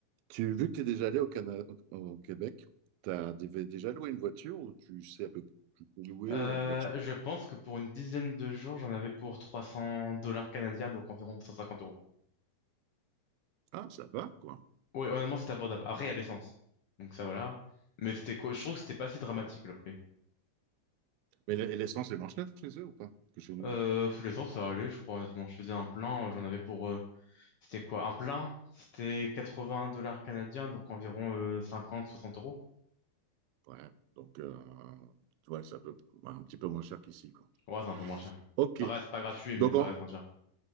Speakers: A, on the right (about 80°); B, on the left (about 75°).
A: Tu, vu que tu es déjà allé au, Cana- au au Québec, tu as déjà loué une voiture ou tu sais à peu près où tu peux louer
B: Euh,
A: ou on regarde sur-
B: je pense que pour une dizaine de jours, j'en avais pour 300 dollars canadiens, donc environ 250 euros.
A: Ah, ça va, quoi.
B: Oui, honnêtement, c'était abordable. Après, il y a l'essence. Donc ça, voilà. Mais c'était quoi? Je trouve que c'était pas si dramatique le prix.
A: Mais l'e- et l'essence est moins chère chez eux ou pas que chez nous?
B: Euh, l'essence, ça allait, je crois, honnêtement. Je faisais un plein, euh, j'en avais pour. euh, c'était quoi? Un plein, c'était 80 dollars canadiens, donc environ euh, 50, 60 euros.
A: Ouais, donc euh, ouais, ça peut un petit peu moins cher qu'ici, quoi.
B: Ouais, c'est un peu moins cher.
A: Ok,
B: Ça reste pas gratuit,
A: Donc,
B: mais ça
A: en-
B: reste moins cher.